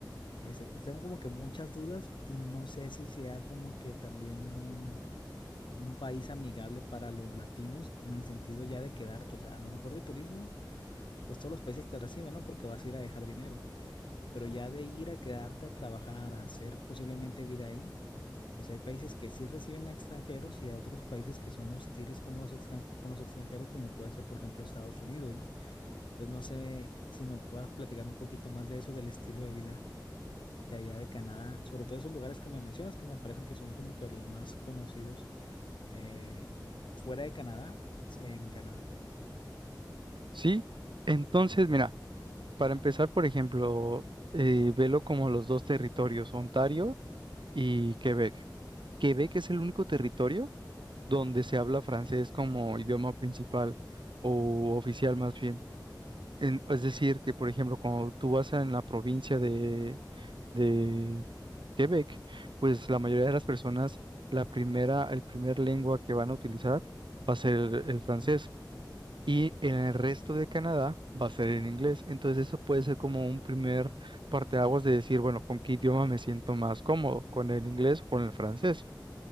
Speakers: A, on the left (about 80°); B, on the right (about 80°).
A: Ese- tengo como que muchas dudas y no sé si sea como que también un, un país amigable para los latinos en el sentido ya de quedarte, o sea, a lo mejor de turismo, pues todos los países te reciben, ¿no? Porque vas a ir a dejar dinero, pero ya de ir a quedarte a trabajar, a hacer posiblemente vida ahí, pues hay países que sí reciben a extranjeros y hay otros países que son hostiles como los extran- con los extranjeros, como puede ser, por ejemplo, Estados Unidos, ¿no? Entonces no sé si me puedas platicar un poquito más de eso, del estilo de vida de allá de Canadá, sobre todo esos lugares que me mencionas, que me parecen que son como que los más conocidos eh, fuera de Canadá, en Canadá.
B: Sí, entonces, mira. Para empezar, por ejemplo, eh, velo como los dos territorios, Ontario y Quebec. Quebec es el único territorio donde se habla francés como idioma principal o oficial más bien. En- es decir, que por ejemplo, cuando tú vas en la provincia de, de Quebec, pues la mayoría de las personas, la primera, el primer lengua que van a utilizar va a ser el el francés y en el resto de Canadá va a ser en inglés. Entonces eso puede ser como un primer parteaguas de decir, bueno, ¿con qué idioma me siento más cómodo? ¿Con el inglés o con el francés?